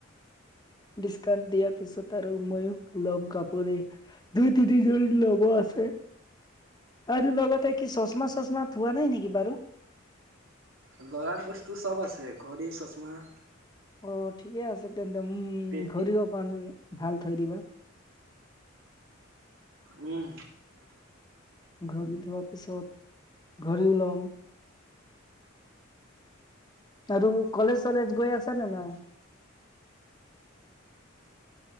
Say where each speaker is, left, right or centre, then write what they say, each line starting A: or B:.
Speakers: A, on the left; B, on the right.
A: ডিছকাউন্ট দিয়াৰ পিছত আৰু মইয়ো ল'ম কাপোৰে। দুই তিনি যোৰ ল'ব আছে। আৰু লগতে কি, চচমা চচমা থোৱা নাই নেকি বাৰু?
B: লৰাৰ বস্তু চব আছে, ঘড়ী, চচমা।
A: অ ঠিকে আছে তেন্তে উম
B: পেটি
A: ঘড়ী অকান, ভাল থৈ দিবা।
B: উম।
A: ঘড়ী থোৱাৰ পিছত, ঘড়ীও লম। আৰু কলেজ চলেজ গৈ আছে নে নাই?